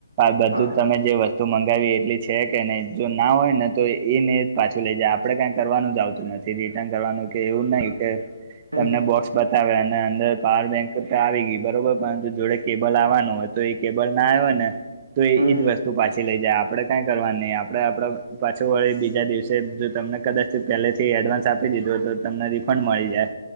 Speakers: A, on the right (about 25°); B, on the right (about 80°).
A: બધું
B: હા
A: તમે જે વસ્તુ મંગાવી એટલી છે કે નહી જો ના હોય ને તો એને પાછું લે. જે આપડે કઈ કરવાનું જ આવતું નથી રિટર્ન કરવાનું કે એવું નહીં કે.
B: હમ
A: તમને બોક્સ બતાવે અને અંદર પાવર બેંક તો આવી ગઈ બરોબર પરંતુ જોડે. કેબલ આવવાનું હોય તો એ કેબલ ના આવ્યો ને તો
B: હમ
A: એજ વસ્તુ પાછી લઈ જાય આપડે કઈ કરવા નહી આપડે આપ પાછું વળી બીજા દિવસે જો તમને કદાચ પેલેથી એડવાન્સ આપી દીધું તો તમને રિફંડ મળી જાય.